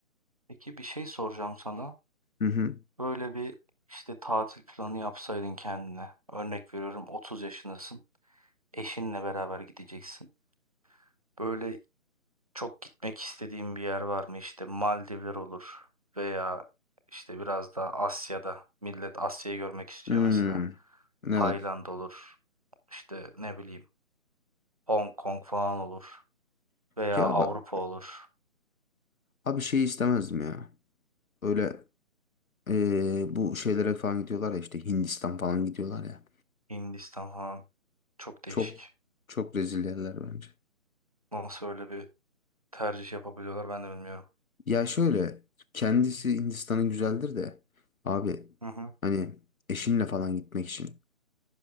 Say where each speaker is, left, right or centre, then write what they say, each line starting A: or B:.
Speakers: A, on the right; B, on the left.
A: Peki bir şey soracağım sana.
B: Hı hı.
A: Böyle bir işte tatil planı yapsaydın kendine. Örnek veriyorum 30 yaşındasın. Eşinle beraber gideceksin. Böyle çok gitmek istediğin bir yer var mı? İşte Maldivler olur veya işte biraz daha Asya'da. Millet Asya'yı görmek istiyor
B: Hmm,
A: mesela.
B: evet.
A: Tayland olur. İşte ne bileyim Hong Kong falan olur. Veya
B: Ya
A: Avrupa
B: bak
A: olur.
B: abi şey istemezdim ya. Öyle Ee, bu şeylere falan gidiyorlar ya işte Hindistan falan gidiyorlar ya.
A: Hindistan falan. Çok değişik.
B: Çok çok rezil yerler bence.
A: Nasıl öyle bir tercih yapabiliyorlar ben de bilmiyorum.
B: Ya şöyle kendisi Hindistan'ın güzeldir de abi
A: Hı hı.
B: hani eşinle falan gitmek için